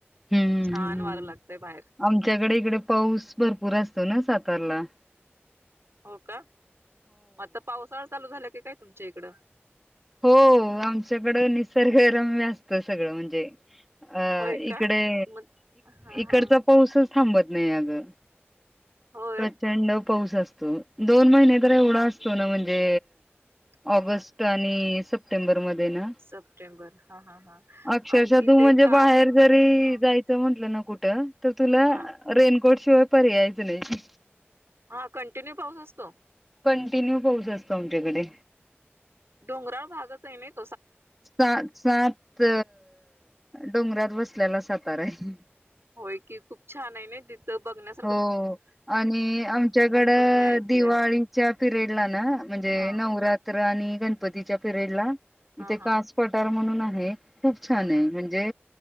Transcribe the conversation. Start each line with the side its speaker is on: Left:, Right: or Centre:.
Centre: हम्म
Right: छान वारं लागतय
Centre: ह
Right: बाहेर
Centre: आमच्याकडे इकडे पाऊस भरपूर असतो ना सात कला,
Right: हो का आता पावसाळ चालू झालं की काय? तुमच्या इकडं,
Centre: हो आमच्याकडं निसर्ग रम्य असत सगळं म्हणजे, अ
Right: होय का
Centre: इकडे
Right: मग हा
Centre: इकडचा
Right: हा
Centre: पाऊसच थांबत नाही अ ह,
Right: होय
Centre: प्रचंड. पाऊस असतो. दोन महिने तर एवढा असतो ना म्हणजे,
Right: हा
Centre: ऑगस्ट
Right: हा
Centre: आणि सप्टेंबर मध्ये ना,
Right: सप्टेंबर हा हा हा
Centre: अक्षरशा
Right: आणखी
Centre: तु
Right: ते
Centre: म्हणजे
Right: कास
Centre: बाहेर जरी
Right: हा
Centre: जायच म्हटलं न, कुठं? तर तुला
Right: हा
Centre: रेनकोट, शिवाय पर्यायचं नाही.
Right: हा कंटिन्यू पाऊस असतो.
Centre: कंटिन्यू पाऊस असतो आमच्याकडे.
Right: डोंगराळ भागच आय ना ते,
Centre: सा सा सात डोंगरात बसलेला सातारा हाय.
Right: होय की, खूप छान आहे नि तिथं बघण्यासा
Centre: हो आणि आमच्याकडं
Right: पण मी ऐकलंय
Centre: दिवाळीच्या पिरेडला ना म्हणजे
Right: हा
Centre: नवरात त्र आणि गण पतीच्या पिरेड ला इथे
Right: हा हा
Centre: कास पटार म्हणून आ हे खूप छान
Right: हा
Centre: ये
Right: हा
Centre: म्हणजे